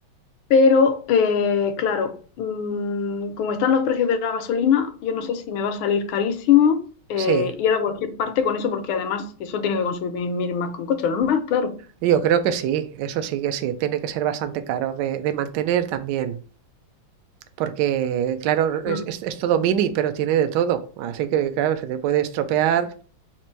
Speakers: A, on the left; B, on the right.
A: Pero eh, claro, mm, como están los precios de la gasolina, yo no sé si me va a salir carísimo eh,
B: sí.
A: ir a cualquier parte con eso, porque además eso tiene que consumir más con coche, ¿no? Más, claro.
B: Yo creo que sí, eso sí que sí, tiene que ser bastante caro de, de mantener también. porque claro, es,
A: Mm.
B: es- es todo mini, pero tiene de todo. Así que claro, se te puede estropear